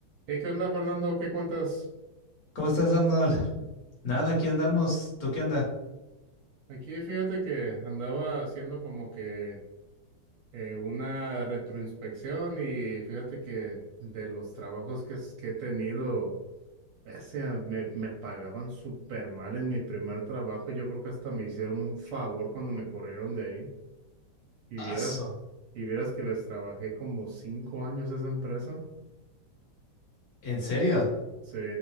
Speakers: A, on the right; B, on the left.
A: Hey, ¿qué onda, Fernando? ¿Qué cuentas?
B: ¿Cómo estás, Arnold? Nada, aquí andamos. ¿Tú qué anda?
A: Aquí fíjate que andaba haciendo como que eh, una retroinspección y fíjate que de los trabajos que, es- que he tenido, ese, ah, me, me pagaban súper mal en mi primer trabajo. Yo creo que hasta me hicieron un favor cuando me corrieron de ahí. Y
B: Aso.
A: vieras, y vieras que les trabajé como cinco años a esa empresa.
B: ¿En serio?
A: Sí,